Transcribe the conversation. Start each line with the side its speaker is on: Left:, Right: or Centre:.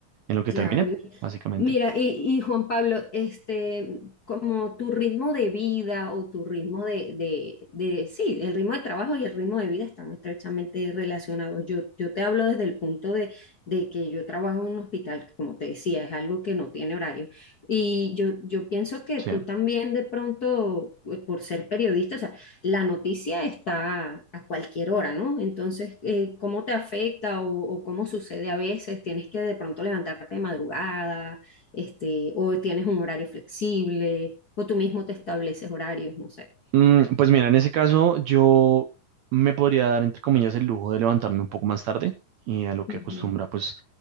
Right: lo que
Left: claro.
Right: terminé, básicamente.
Left: Mira, y, y Juan Pablo, este, como tu ritmo de vida o tu ritmo de, de, de- sí, el ritmo de trabajo y el ritmo de vida están estrechamente relacionados. Yo, yo te hablo desde el punto de, de que yo trabajo en un hospital, que como te decía, es algo que no tiene horario. Y yo, yo pienso que
Right: Sí.
Left: tú también de pronto, eh, por ser periodista, o sea, la noticia está a cualquier hora, ¿no? Entonces, eh, ¿cómo te afecta o, o cómo sucede a veces? ¿Tienes que de pronto levantarte de madrugada? este, o tienes un horario flexible, o tú mismo te estableces horarios, no sé.
Right: Mm, pues mira, en ese caso yo me podría dar, entre comillas, el lujo de levantarme un poco más tarde y a lo que
Left: Ujú,
Right: acostumbra, pues